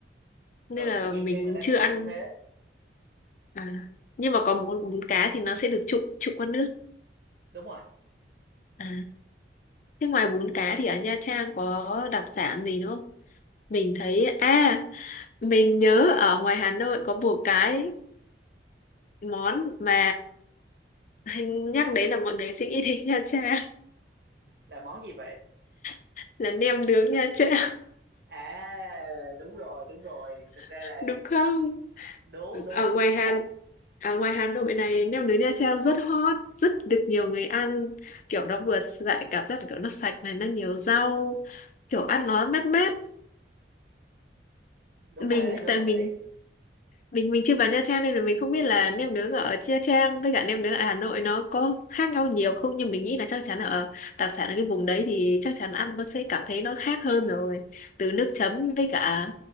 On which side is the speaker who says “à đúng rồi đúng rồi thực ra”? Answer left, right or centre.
Right